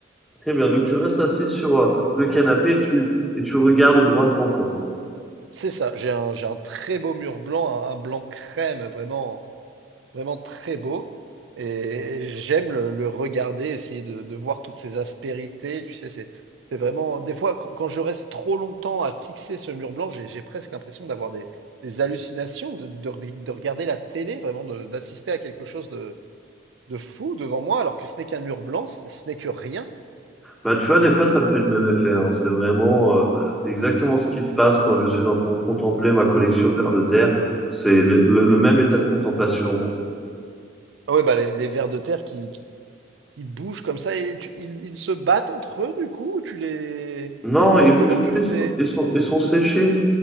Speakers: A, in the centre; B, on the right (about 80°).
A: Très bien. Donc tu restes assis sur euh, le canapé et tu, et tu regardes droit devant toi.
B: C'est ça. J'ai un, j'ai un très beau mur blanc, un, un blanc crème, vraiment, vraiment très beau. Et j'aime le, le regarder, essayer de, de voir toutes ces aspérités. Tu sais, c'est, c'est vraiment. Des fois, quand, quand je reste trop longtemps à fixer ce mur blanc, j'ai, j'ai presque l'impression d'avoir des, des hallucinations, de, de, de regarder la télé, vraiment, de- d'assister à quelque chose de fou devant moi, alors que ce n'est qu'un mur blanc, ce ce n'est que rien.
A: Bah, tu vois, des fois, ça me fait le même effet. hein. C'est vraiment euh, exactement ce qui se passe quand je suis en train de contempler ma collection de vers de terre. C'est le, le- le même état de contemplation.
B: Ah ouais, bah les, les vers de terre qui, qui, qui bougent comme ça et tu- ils, ils se battent entre eux du coup, ou tu les...
A: Non, ils
B: Co-
A: bougent
B: comment tu
A: plus,
B: fais?
A: ils sont, ils sont, ils sont séchés.